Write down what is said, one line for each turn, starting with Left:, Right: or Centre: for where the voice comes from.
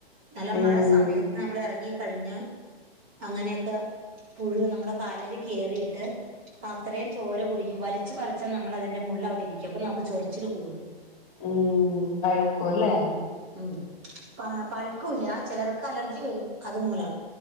Right: നല്ല
Left: ഉം
Right: മഴ സമയത്ത് നമ്മള് എറങ്ങിക്കഴിഞ്ഞ അങ്ങനെയൊക്കെ പുഴു നമ്മുടെ കാലേല് കേറിട്ട് അത്രേം ചോര കുടിക്കും വലിച്ചു പറി പക്ഷെ നമ്മളതിന്റെ മുള്ള് വിടെ ഇരിക്കും അപ്പ നമക്ക് ചൊറിച്ചില് കൂടും
Left: ഉം പഴുക്കൂല്ലേ
Right: ഉം പഴുക്കൂല്ല ചെലർക്ക് അലർജി വെരും അതുമൂലം